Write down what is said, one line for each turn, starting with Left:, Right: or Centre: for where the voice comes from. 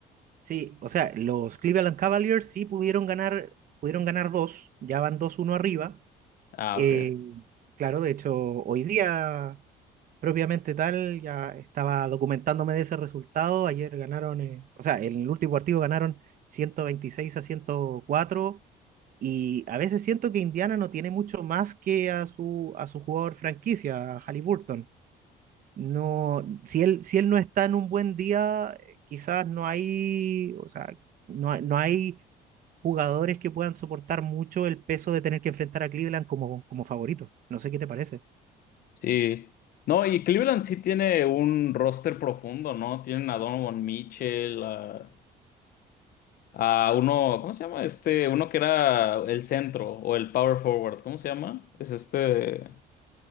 Right: Sí, o sea, los Cleveland Cavaliers sí pudieron ganar, pudieron ganar dos, ya van dos uno arriba.
Left: Ah,
Right: Eh,
Left: ok.
Right: claro, de hecho, hoy día, propiamente tal, ya estaba documentándome de ese resultado. Ayer ganaron, eh, o sea, en el último partido ganaron 126 a ciento cuatro Y a veces siento que Indiana no tiene mucho más que a su, a su jugador franquicia, a Haliburton. no, si él, si él no está en un buen día, eh, quizás no hay, o sea, no, hay- no hay jugadores que puedan soportar mucho el peso de tener que enfrentar a Cleveland como, como favorito. No sé qué te parece.
Left: Sí. No, y Cleveland sí tiene un roster profundo, ¿no? Tienen a Donovan Mitchell, a, a uno, ¿cómo se llama? Este, uno que era el centro o el power forward, ¿cómo se llama? Es este.